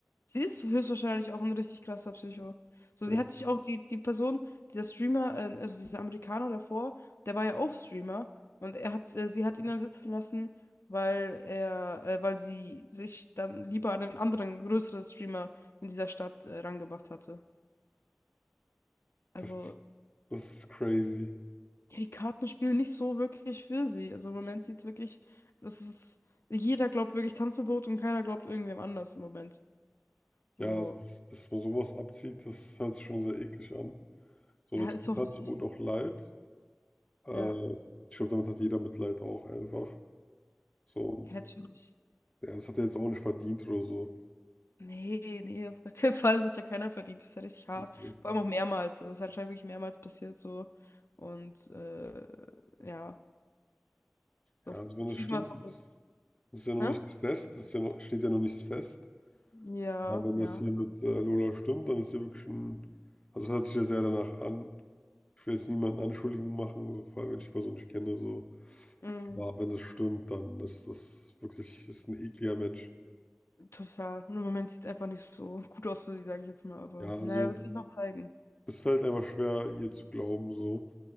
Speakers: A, on the left; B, on the left.
A: Sie ist höchstwahrscheinlich auch ein richtig krasser Psycho. So,
B: Ja,
A: sie hat sich auch die, die Person, dieser Streamer, äh, also dieser Amerikaner davor, der war ja auch Streamer. Und er hat, äh, sie hat ihn dann sitzen lassen, weil er, äh, weil sie sich dann lieber an einen anderen größeren Streamer in dieser Stadt, äh, rangemacht hatte. Also.
B: das ist, das ist crazy.
A: Ja, die Karten spielen nicht so wirklich für sie. Also im Moment sieht's wirklich, das ist, jeder glaubt wirklich Tanzverbot und keiner glaubt irgendwem anders im Moment. So,
B: Ja, das, ist- dass man sowas abzieht, das hört sich schon sehr eklig an. So,
A: ja,
B: da tut
A: ist
B: mir
A: auch
B: Tanzverbot
A: richtig. irgendwie.
B: auch leid. Äh,
A: Ja,
B: ich glaube, damit hat jeder Mitleid auch einfach. So, und
A: ja, natürlich.
B: ja, das hat er jetzt auch nicht verdient oder so.
A: Nee, nee, auf gar keinen <laughs> Fall. Das hat ja keiner verdient. Das ist ja richtig hart.
B: Nee.
A: Vor allem auch mehrmals. Das ist anscheinend wirklich mehrmals passiert so. Und äh, ja, so
B: Ja, also wenn
A: viel
B: das stimmt,
A: man es auch.
B: ist, ist ja noch
A: Hä?
B: nichts fest, ist ja noch, steht ja noch nichts fest.
A: Ja,
B: Aber wenn
A: ja.
B: das hier mit äh, Lola stimmt, dann ist ja wirklich ein, also es hört sich ja sehr danach an. Ich will jetzt niemanden Anschuldigungen machen, so, vor allem wenn ich die Person nicht kenne, so.
A: Mm,
B: Aber wenn das stimmt, dann ist das wirklich, ist ein ekliger Mensch.
A: total. Und im Moment sieht es einfach nicht so gut aus für sie, sage ich jetzt mal. Aber
B: Ja, also
A: naja, wird sich noch zeigen.
B: es fällt einfach schwer, ihr zu glauben, so.